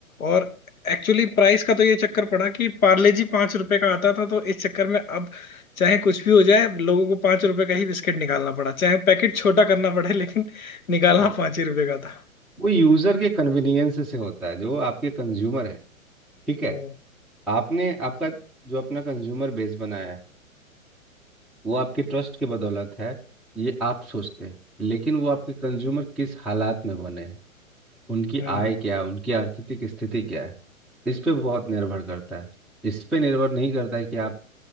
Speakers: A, on the left; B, in the centre.
A: और एक्चुअली प्राइस का तो ये चक्कर पड़ा कि पार्ले जी पांच रुपए का आता था तो इस चक्कर में अब चाहे कुछ भी हो जाए लोगों को पांच रुपए का ही बिस्किट निकालना पड़ा चाहे पैकेट छोटा करना पड़े लेकिन निकालना
B: बिल्कुल
A: पांच ही रुपए का था
B: वो यूजर के कन्वीनियंस से होता है जो आपके कंज्यूमर है ठीक है
A: हम्म
B: आपने आपका जो अपना कंज्यूमर बेस बनाया है वो आपके ट्रस्ट की बदौलत है ये आप सोचते हैं लेकिन वो आपके कंज्यूमर किस हालात में बने हैं उनकी
A: हम्म
B: आय क्या है उनकी आर्थिक स्थिति क्या है इस पे बहुत निर्भर करता है इस पे निर्भर नहीं करता है कि आप